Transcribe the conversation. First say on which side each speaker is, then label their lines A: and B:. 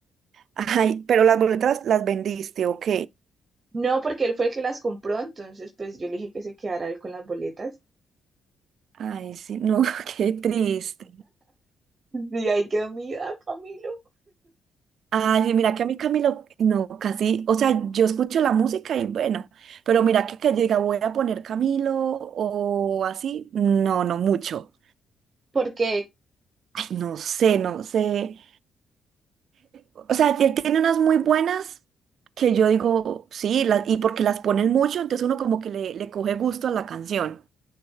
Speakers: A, on the right; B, on the right.
A: Ay, pero las boletas las vendiste, ok.
B: No, porque él fue el que las compró, entonces pues yo le dije que se quedara él con las boletas.
A: ay, sí, no, <laughs> qué triste.
B: Y ahí quedó mi vida, Camilo.
A: Ay, sí, mira que a mí Camilo, no, casi, o sea, yo escucho la música y bueno, pero mira que que yo diga voy a poner Camilo o así, no, no mucho.
B: Porque,
A: Ay, no sé, no sé. O sea, él tiene unas muy buenas que yo digo, sí, las- y porque las ponen mucho, entonces uno como que le, le coge gusto a la canción.